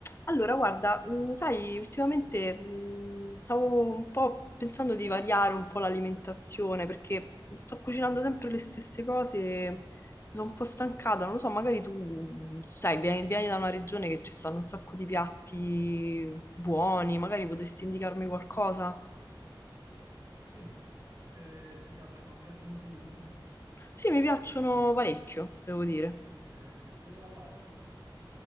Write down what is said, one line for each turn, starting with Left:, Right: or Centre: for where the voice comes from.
Left: Allora, guarda, mh, sai, ultimamente mh, stavo un po' pensando di variare un po' l'alimentazione perché sto cucinando sempre le stesse cose, mi sono un po' stancata, non lo so, magari tu, mm, sai, vieni, vieni da una regione che ci stanno un sacco di piatti buoni, magari potresti indicarmi qualcosa?
Right: Sì, se ti piacciono, ti piacciono i primi?
Left: Sì, mi piacciono parecchio, devo dire.
Right: Ok, ti piace la carne?